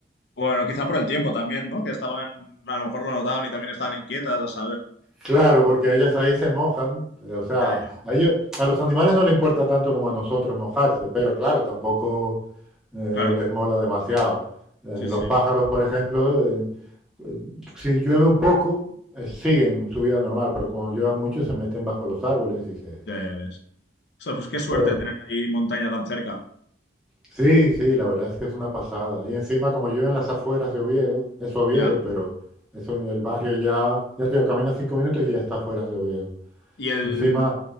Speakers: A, on the left (about 70°); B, in the centre.
A: Bueno, quizá por el tiempo también, ¿no? Que estaban, a lo mejor lo notaban y también estaban inquietas, a saber.
B: Claro, porque ellas ahí se mojan, eh, o sea,
A: Ya, ya,
B: a ellos- a los animales no les importa tanto como a nosotros mojarse, pero claro, tampoco eh,
A: claro,
B: les mola demasiado. Eh,
A: sí,
B: los
A: sí,
B: pájaros, por ejemplo, eh, eh, si llueve un poco, eh, siguen su vida normal, pero como llueve mucho, se meten bajo los árboles y se...
A: ya, ya ves. O sea, pues qué suerte
B: Pero
A: tener ahí montaña tan cerca,
B: sí, sí, la verdad es que es una pasada. Y encima, como yo en las afueras de Oviedo, es Oviedo,
A: ya.
B: pero es un- el barrio ya, ya te digo, caminas cinco minutos y ya está afuera de Oviedo.
A: Y el,
B: Encima...